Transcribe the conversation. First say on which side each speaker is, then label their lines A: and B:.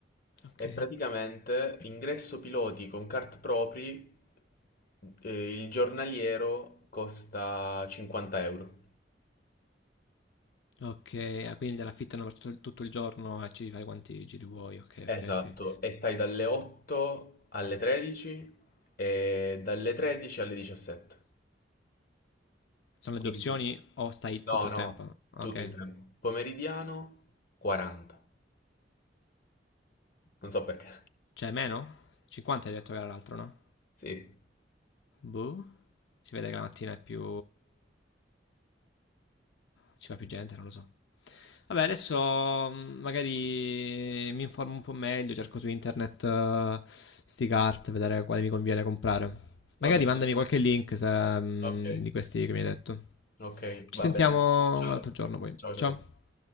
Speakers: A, on the left; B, on the left.
A: Ok.
B: E praticamente ingresso piloti con kart propri, eh, il giornaliero costa 50 euro.
A: Ok, ah, quindi te l'affittano per tutto, tutto il giorno e ci fai quanti giri vuoi. Ok,
B: Esatto,
A: ok, ok.
B: e stai dalle 8 alle 13 e dalle 13 alle 17.
A: Sono
B: Quindi,
A: le due opzioni o stai
B: no,
A: tutto il
B: no,
A: tempo? Ok.
B: tutto il tempo. Pomeridiano 40, non so perché.
A: Cioè, meno? 50 hai detto che era l'altro, no?
B: Sì,
A: Boh. Si vede che la mattina è più... ci va più gente, non lo so. Vabbè, adesso mm, magari mi informo un po' meglio, cerco su internet eh, sti cart, vedere quale mi conviene comprare.
B: vabbè.
A: Magari mandami qualche link se, mm,
B: Okay,
A: di questi che mi hai detto.
B: okay,
A: Ci
B: va
A: sentiamo
B: bene. Ciao.
A: un altro giorno poi.
B: Ciao,
A: Ciao.
B: ciao, ciao.